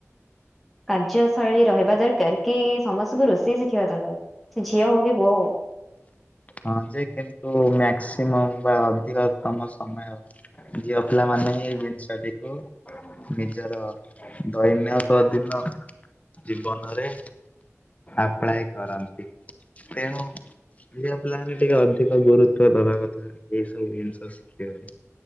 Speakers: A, in the centre; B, on the left.
A: କାର୍ଯ୍ୟଶୈଳୀ ରହିବ। ଯା ଦ୍ୱାରା ସମସ୍ତଙ୍କୁୁ ରୋଷେଇ ଶିଖିବା ଦରକାର ସେ ଝିଅ ହଉ କି ପୁଅ ହଉ।
B: ହଁ ଯେ କିନ୍ତୁ ମାକ୍ସିମମ ବା ଅଧିକତମ ସମୟ ଝିଅ ପିଲାମାନେ। ଆମେ ଏଇ ଜିନିଷଟିକୁ ନିଜର ଦୈନ କ ଦିନ। ଜୀବନରେ ଆପ୍ଲାଏ କରନ୍ତି ତେଣୁ। ଝିଆପିଲାମନେ ଟିକେ ଅଧିକ ଗୁରୁତ୍ୱ ଦବା କଥା ଏଇ ସବୁ ଜିନିଷ ଶିଖିବାରେ।